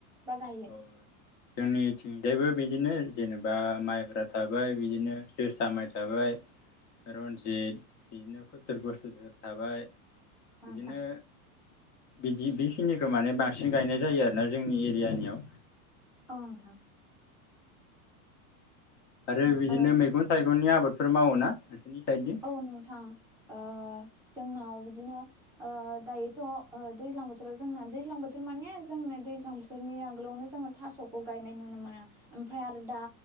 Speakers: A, in the centre; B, on the left.
A: बा गायो?
B: औ जोंनिथिंजायबो बिदिनो जेनेबा माइब्रा थाबाय बिदिनो जोसा माइ थाबाय रनजित इदिनो खथुर बोस'जोर थाबाय
A: औ
B: इदिनो
A: नोंथां
B: बिदि बेखिनिखौ माने बांसिन गायनाय जायो आरोना जोंनि एरियानियाव।
A: औ नोंथां।
B: आरो बिदिनो
A: ओ
B: मैगं थाइगंनि आबादफोर मावोना नोंसोरनि साइदजों?
A: औ नोंथां ओ जोंनाव बिदिनो ओ दायोथ' ओ दैज्लां बोथोराव जोंना दैज्लां बोथोर माने जोंनो दैज्लां बोथोरनि आगोलावनो जोङो थास'खौ गायनाय नुनो मोनो। ओमफ्राय आरोदा